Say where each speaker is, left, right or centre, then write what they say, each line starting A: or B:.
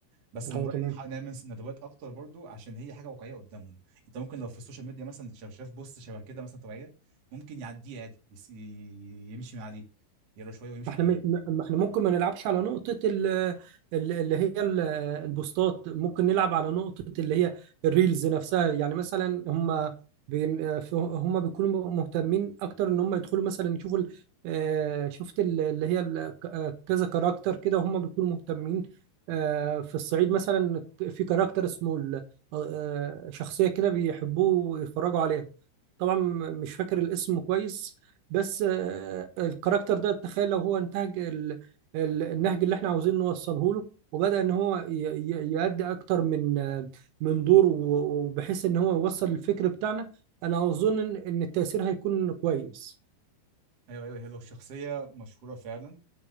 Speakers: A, on the right (about 45°); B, on the right (about 75°).
A: بس انا
B: اه
A: من رايي
B: تمام
A: نح- نعمل ندوات اكتر برضو عشان هي حاجه واقعيه قدامهم انت ممكن لو في السوشيال ميديا مثلا شاف شاف بوست شبه كده مثلا توعيه ممكن يعديه عادي يس- يمشي من عليه يقرا شويه ويمشي
B: ما احنا
A: من عليه
B: م- ما احنا ممكن ما نلعبش على نقطة ال- ال- اللي هي ال- البوستات ممكن نلعب على نقطة اللي هي الريلز نفسها يعني مثلا هم بين ف- هم بيكونوا مهتمين اكتر ان هم يدخلوا مثلا يشوفوا ال- آه، شفت ال- اللي هي ال- ك- آه، كذا كاركتر كده هم بيكونوا مهتمين آه، في الصعيد مثلا في كاركتر اسمه ال- آه، آه، شخصية كده بيحبوه ويتفرجوا عليها طبعا مش فاكر الاسم كويس بس آه، الكاركتر ده تخيل لو هو انتهج ال- ال- النهج اللي احنا عاوزين نوصله له وبدأ ان هو ي- ي- يأدي اكتر من آه، من دور و- وبحيث ان هو يوصل الفكر بتاعنا انا اظن ان إن التأثير هيكون كويس
A: ايوه ايوه هي لو شخصيه مشهوره فعلا